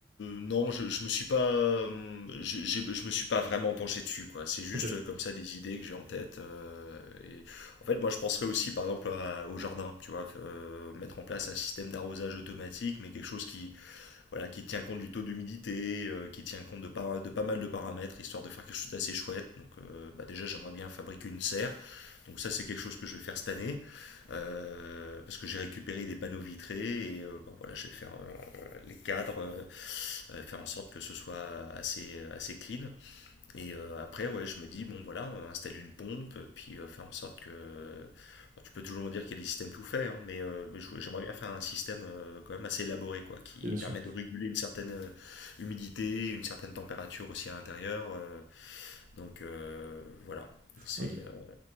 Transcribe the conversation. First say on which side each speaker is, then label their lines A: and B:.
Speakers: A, on the left (about 75°); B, on the right (about 45°).
A: non, je, je me suis pas, hum, je, j'ai- je me suis pas vraiment penché dessus, quoi. C'est juste
B: Ok. Ok,
A: euh, comme ça des idées que j'ai en tête. euh, et en fait, moi, je penserais aussi, par exemple, à- au jardin, tu vois, euh, mettre en place un système d'arrosage automatique, mais quelque chose qui, voilà, qui tient compte du taux d'humidité, euh, qui tient compte de pas, de pas mal de paramètres, histoire de faire quelque chose d'assez chouette. Donc, euh, bah, déjà, j'aimerais bien fabriquer une serre. Donc ça, c'est quelque chose que je vais faire cette année, euh, parce que j'ai récupéré des panneaux vitrés, et euh, bon, voilà, je vais faire euh, les cadres, euh, euh, faire en sorte que ce soit assez, assez clean. Et euh, après, ouais, je me dis, bon, voilà, euh, installer une pompe, puis euh, faire en sorte que... Bon, tu peux toujours me dire qu'il y a des systèmes tout faits, hein, mais, euh, mais je- j'aimerais bien faire un système euh, quand même assez élaboré, quoi, qui
B: bien
A: permet
B: sûr.
A: de réguler une certaine euh, humidité, une certaine température aussi à l'intérieur. euh, donc euh, voilà, c'est
B: Ok. Parce
A: euh,